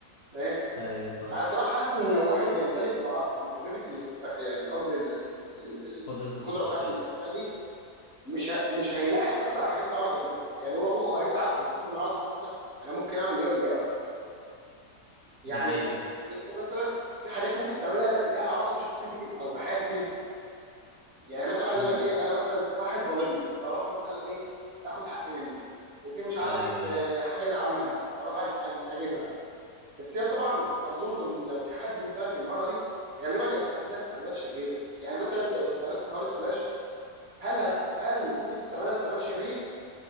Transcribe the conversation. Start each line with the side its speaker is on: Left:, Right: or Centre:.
Right: فاهم
Left: ايوه صح
Right: انا صراحه حاسس ان لو واحد بيمتلك مه- موهبه الاختفاء يعني قصدي ال- ال-
Left: قدرة الاختفاء
Right: القدره بتاعت الاختفاء دي مش ه... مش هيلاحق اصلا على الحاجات اللي عاوز يعملها يعني هو مخه هيتعب من كتر ما يقعد يفكر انا ممكن اعمل ايه ولا ايه اصلا يعني
Left: دي حقيقة
Right: انت مثلا في حاجات ممكن تعملها لها علاقه بشخصيتك إن- او بحياتك انت يعني مثلا واحد
Left: امم
Right: يقول لك ايه انا مثلا في واحد ظالمني فاروح مثلا ايه اخد حقي منه وفي مش عارف
Left: ايوه
Right: آه،
Left: ايوه
Right: حاجه انا عاوزها فاروح أج- أج- اجيبها بس هي طبعا اظن ان لو في حد امتلك المهاره دي غالبا هيستعملها استعمالات شريره يعني مثلا انت لو امتلكت مهاره فلاش هل هت... هل ممكن تستعملها استعمال شرير